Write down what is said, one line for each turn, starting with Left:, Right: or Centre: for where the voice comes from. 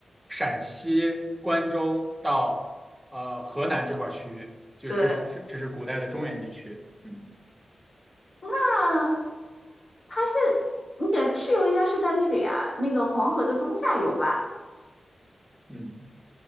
Centre: 陕西关中到呃河南这块区域，就是这是这这是古代的中原地区。
Left: 对，
Centre: 嗯
Left: 那它是你的蚩尤应该是在那个呀，那个黄河的中下游吧？
Centre: 嗯，